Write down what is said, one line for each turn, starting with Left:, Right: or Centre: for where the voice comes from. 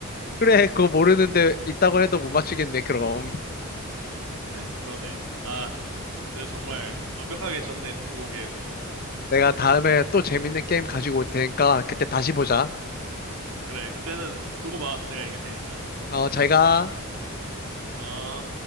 Left: 그래, 그거 모르는데 있다고 해도 못 맞추겠네, 그럼. <laughs>
Right: <laughs> 그러네. 아, 내가 정말 완벽하게 졌네, 스무고개에서.
Left: 내가 다음에 또 재밌는 게임 가지고 올 테니까 그때 다시 보자.
Right: 그래, 그때는 두고 봐. 내가 이길 테니까.
Left: 어, 잘 가.
Right: 아.